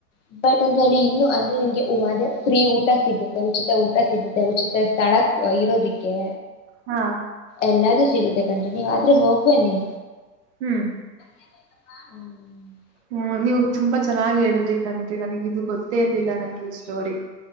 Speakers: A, on the left; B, on the right.
A: <unintelligible> ಊಟ ಸಿಗುತ್ತೆ ಉಚಿತ ಊಟ ಸಿಗುತ್ತೆ ಉಚಿತ ಸ್ಥಳ ಇರೋದಿಕ್ಕೆ
B: ಹಾ
A: ಎಲ್ಲದುೂ ಸಿಗುತ್ತೆ ಕಂಟಿನ್ಯೂ ಆದ್ರೆ ಹೋಗ್ ಬನ್ನಿ
B: ಹ್ಮ್
A: <unintelligible>
B: ಹ್ಮ ನೀವು ತುಂಬಾ ಚೆನ್ನಾಗಿ ಹೇಳಿದ್ರಿ ಕಣ್ರೀ ನನಗ ಇದು ಗೊತ್ತೇ ಇರ್ಲಿಲ್ಲ ನಂಗೆ ಈ ಸ್ಟೋರಿ